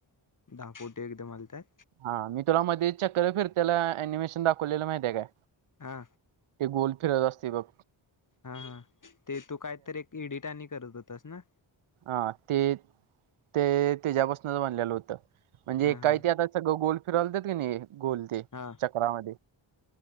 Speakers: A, on the left (about 40°); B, on the right (about 80°).
A: दहा फुटी एकदम आलत.
B: हा मी तुला मध्ये चक्कर फिरतेला अनिमेशन दाखवलेलं माहित आहे काय?
A: हा.
B: ते गोल फिरत असते बघ.
A: हा हा ते तू कायतरी एक एडिट आणि करत होतास ना.
B: हा ते ते त्याच्यापासूनच बनलेले होतं म्हणजे
A: हा
B: काही
A: हा
B: ते आता सगळं गोल फिरवतात क नाही गोल ते
A: हा.
B: चक्रमध्ये